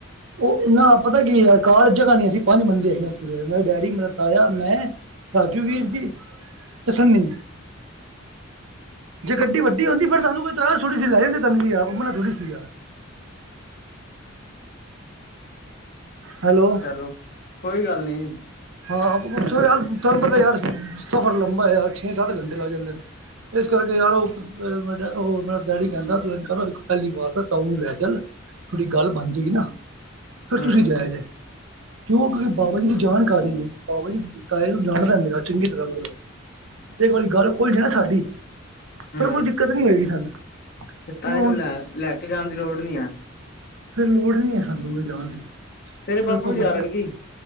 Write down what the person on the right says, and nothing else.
ਉਹ ਨਾ, ਪਤਾ ਕੀ ਅ ਕਾਰ ਚ ਜਗ੍ਹਾ ਨਹੀਂ ਸੀਂ। ਪੰਜ ਬੰਦੇ ਹੈਗੇ ਆਂ। ਮੇਰੇ ਡੈਡੀ, ਮੇਰਾ ਤਾਇਆ, ਮੈਂ ਰਾਜੂ ਵੀਰ ਜੀ ਤੇ ਸੰਨੀ ਜੇ ਗੱਡੀ ਵੱਡੀ ਹੁੰਦੀ ਫਿਰ ਤੁਹਾਨੂੰ ਕੋਈ ਇਤਰਾਜ ਥੋੜੀ ਸੀ ਲੈ ਜਾਂਦੇ ਤੁਹਾਨੂੰ ਵੀ ਯਾਰ ਮਨ੍ਹਾ ਥੋੜੀ ਸੀ ਯਾਰ ਹੈਲੋ।
ਹਾਂ ਯਾਰ ਤੁਹਾਨੂੰ ਪਤਾ ਯਾਰ ਸਫ਼ਰ ਲੰਬਾ ਹੈ ਯਾਰ ਛੇ- ਸੱਤ ਘੰਟੇ ਲੱਗ ਜਾਂਦੇ ਨੇ। ਇਸ ਕਰਕੇ ਯਾਰ ਓ ਮ ਉਹ ਮੇਰਾ ਡੈਡੀ ਕਹਿੰਦਾ ਤੂੰ ਇੰਝ ਕਰ ਪਹਿਲੀ ਵਾਰ ਤਾਂ ਤਾਉ ਨੂੰ ਲੈ ਚੱਲ ਹਾਡੀ ਗੱਲ ਬਣਦੀ ਏ
ਨਾ ਫਿਰ
ਤੁਸੀਂ ਜਾਇਆ ਜੇ ਕਿਉਂ ਤੁਸੀਂ ਬਾਬਾ
ਜੀ ਦੀ ਜਾਨ ਗੱਲ ਕਰੀਏ ਬਾਬਾ ਜੀ ਤਾਏ ਨੂੰ ਜਾਣਦਾ ਮੇਰਾ ਚੰਗੀ ਤਰ੍ਹਾਂ ਇੱਕ ਵਾਰੀ ਗੱਲ ਕੋਈ ਹੈ ਸਾਡੀ
ਫਿਰ ਕੋਈ ਦਿੱਕਤ ਨੀ ਹੋਏਗੀ ਸਾਨੂੰ
ਉਹ ਹੁਣ
ਫੇਰ ਲੋੜ ਨਹੀਂ ਹੈ ਸਾਨੂੰ ਲਿਜਾਣ ਦੀ।
ਫਿਰ
ਆਪਾਂ